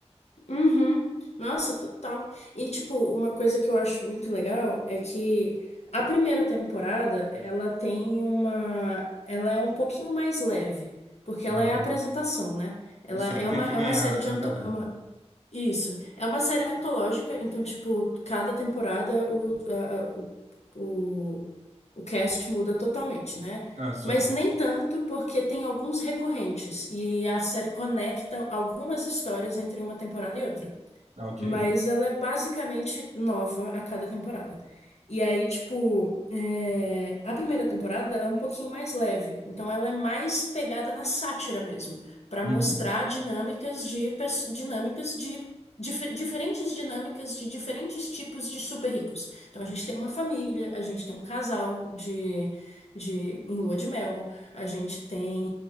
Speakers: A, on the left; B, on the right.
A: Uhum. Nossa, total. E, tipo, uma coisa que eu acho muito legal é que a primeira temporada, ela tem uma... Ela é um pouquinho mais leve, porque ela
B: Aham.
A: é a apresentação, né? Ela
B: Só,
A: é
B: tem
A: uma,
B: que
A: é
B: ganhar
A: uma série de...
B: a
A: Anto...
B: galera.
A: Isso. É uma série antológica, então, tipo, cada temporada o, a- a- o, o, o cast muda totalmente, né?
B: Ah, só.
A: Mas nem tanto, porque tem alguns recorrentes e a série conecta algumas histórias entre uma temporada e outra.
B: Ah, ok.
A: Mas ela é basicamente nova a cada temporada. E aí, tipo, é, a primeira temporada ela é um pouquinho mais leve. Então, ela é mais pegada na sátira mesmo, para
B: Uhum.
A: mostrar dinâmicas de pes- dinâmicas de dife- diferentes dinâmicas de diferentes tipos de super ricos. Então, a gente tem uma família, a gente tem um casal de, de em lua de mel, a gente tem